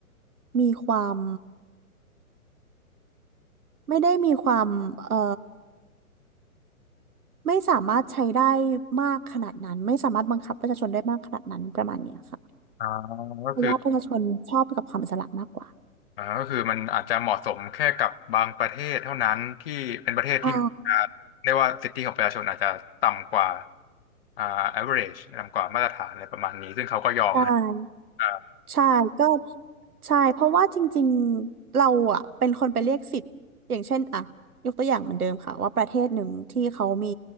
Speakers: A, on the right; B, on the left.
A: มีความไม่ได้มีความเอ่อไม่สามารถใช้ได้มากขนาดนั้นไม่สามารถบังคับประชาชนได้มากขนาดนั้นประมาณเนี้ยค่ะ
B: อ่าก็คือ
A: เพราะว่าประชาชนชอบกับความอิสระมากกว่า
B: อ่าก็คือมันอาจจะเหมาะสมแค่กับบางประเทศเท่านั้นที่เป็นประเทศที่มีการเรียกว่าสิทธิของประชาชนอาจจะต่ำกว่า
A: ใช่
B: อ่า average ต่ำกว่ามาตรฐานอะไรประมาณนี้ซึ่งเขาก็ยอมให้
A: ใช่
B: อ่า
A: ใช่ก็ใช่เพราะว่าจริงๆเราอ่ะเป็นคนไปเรียกสิทธิ์อย่างเช่นอ่ะยกตัวอย่างเหมือนเดิมค่ะว่าประเทศหนึ่งที่เขามี